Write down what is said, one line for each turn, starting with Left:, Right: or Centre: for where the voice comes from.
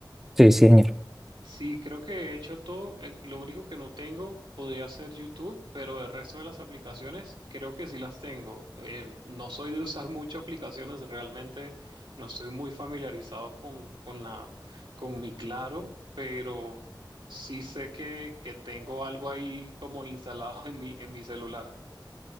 Centre: Sí, sí, señor.
Right: Sí, creo que he hecho todo. Eh, lo único que no tengo podría ser YouTube, pero el resto de las aplicaciones creo que sí las tengo. Em, no soy de usar mucho aplicaciones, realmente no estoy muy familiarizado con, con la, con mi Claro, pero sí sé que, que tengo algo ahí como instalado <laughs> en mi, en mi celular.